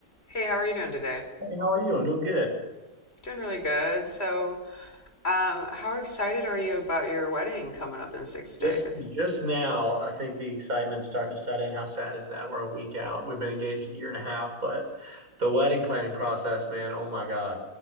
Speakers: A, on the left; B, on the right.
A: Hey, how are you doing today?
B: Hey, how are you? I'm doing good.
A: Doing really good. So, um, how excited are you about your wedding coming up in six days?
B: Just just now, I think the excitement's starting to set in. How sad is that? We're a week out.
A: Oh.
B: We've been engaged a year and a half, but the wedding planning process, man, oh my God,